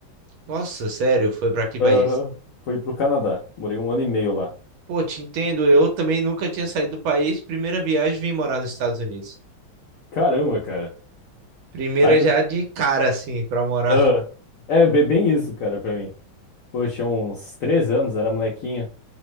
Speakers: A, on the right; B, on the left.
A: Nossa, sério, foi para que país?
B: Aham. Foi pro Canadá. Morei um ano e meio lá.
A: Pô, te entendo. Eu também nunca tinha saído do país. Primeira viagem, vim morar nos Estados Unidos.
B: Caramba, cara.
A: Primeira
B: Tá
A: já de cara, assim, para morar.
B: Ah, é bem, bem isso, cara, pra mim. Pô, eu tinha uns três anos, era molequinho.